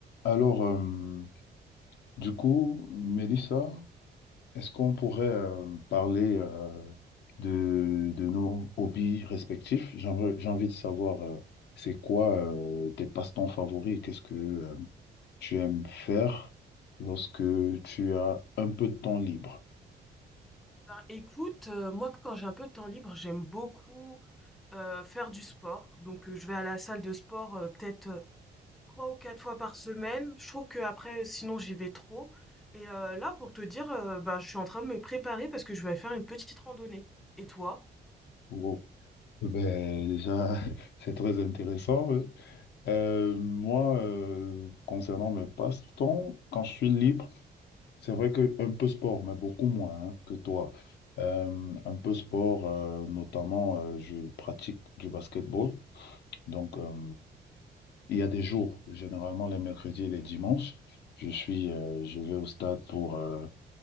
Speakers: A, on the left; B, in the centre.
A: Alors, euh, du coup, Mélissa, est-ce qu'on pourrait euh, parler euh, de, de nos hobbies respectifs? J'ai envie j'ai envie de savoir, euh, c'est quoi euh, tes passe-temps favoris? Qu'est-ce que euh, tu aimes faire lorsque tu as un peu de temps libre?
B: Ben, écoute, euh, moi quand j'ai un peu de temps libre, j'aime beaucoup euh, faire du sport. Donc euh, je vais à la salle de sport euh, peut-être euh, trois ou quatre fois par semaine. Je trouve que après, sinon j'y vais trop. Et euh, là, pour te dire, euh, ben, je suis en train de me préparer parce que je vais faire une petite randonnée. Et toi?
A: Wow. Ben, déjà, <laughs> c'est très intéressant. Euh, Euh, moi, euh, concernant mes passe-temps, quand je suis libre, c'est vrai que un peu sport, mais beaucoup moins hein, que toi. Euh, un peu sport, euh, notamment, euh, je pratique du basketball. Donc, euh, il y a des jours, généralement les mercredis et les dimanches, je suis, euh, je vais au stade pour euh,